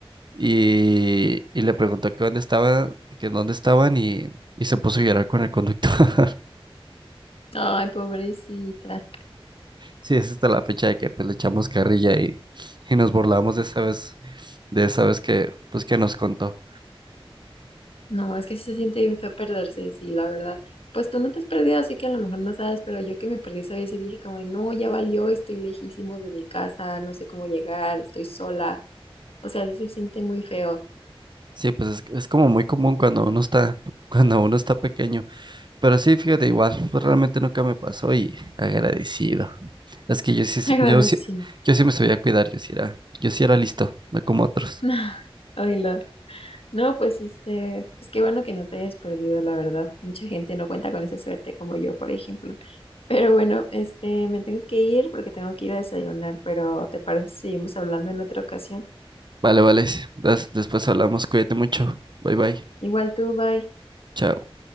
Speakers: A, on the right; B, on the left.
A: y, y le preguntó que dónde estaba, que dónde estaban y, y se puso a llorar con el conductor. <laughs>
B: Ay, pobrecita.
A: Sí, es hasta la fecha de que pues le echamos carrilla y, y nos burlamos de esa vez, de esa vez que pues que nos contó.
B: No, es que sí se siente bien feo perderse, sí, la verdad. Pues tú no te has perdido, así que a lo mejor no sabes, pero yo que me perdí esa vez y dije como, no, ya valió, estoy lejísimo de mi casa, no sé cómo llegar, estoy sola. O sea, sí se siente muy feo.
A: Sí, pues es, es como muy común cuando uno está, cuando uno está pequeño. Pero sí, fíjate, igual, pues realmente nunca me pasó y agradecido. Es que yo sí, s-
B: Agradecido.
A: yo sí, yo sí me sabía cuidar, yo sí era, yo sí era listo, no como otros.
B: <laughs> Oílo. No, pues este, pues qué bueno que no te hayas perdido, la verdad. Mucha gente no cuenta con esa suerte como yo, por ejemplo. Pero bueno, este, me tengo que ir porque tengo que ir a desayunar, pero ¿te parece si seguimos hablando en otra ocasión?
A: Vale, vale, des- después hablamos, cuídate mucho, bye bye,
B: Igual tú, bye.
A: chao.